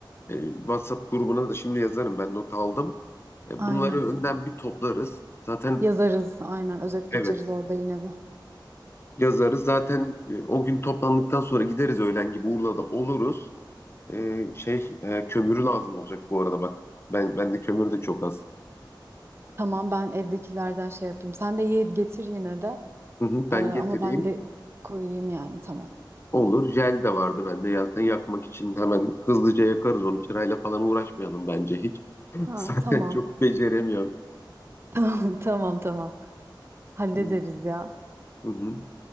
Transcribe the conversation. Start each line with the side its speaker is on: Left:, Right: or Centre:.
Left: E, WhatsApp grubuna da şimdi yazarım ben not aldım. E,
Right: aynen
Left: bunları önden bir toplarız. Zaten
Right: yazarız aynen özet
Left: evet
Right: geçeriz orada yine bir.
Left: yazarız. Zaten e, o gün toplandıktan sonra gideriz öğlen gibi Urla'da oluruz. E, şey e, kömürü lazım olacak bu arada bak. Ben bende kömür de çok az.
Right: Tamam ben evdekilerden şey yapayım. Sen de ye- getir yine de.
Left: Hı hı, ben
Right: Ee, ama
Left: getireyim.
Right: ben de koyayım yani tamam.
Left: Olur. Jel de vardı bende. Zaten yakmak için hemen hızlıca yakarız onu. Çırayla falan uğraşmayalım bence hiç. <laughs>
Right: Ha
Left: Zaten
Right: tamam.
Left: çok beceremiyorum.
Right: <laughs> Tamam tamam. Hallederiz
Left: Hı
Right: ya.
Left: hı.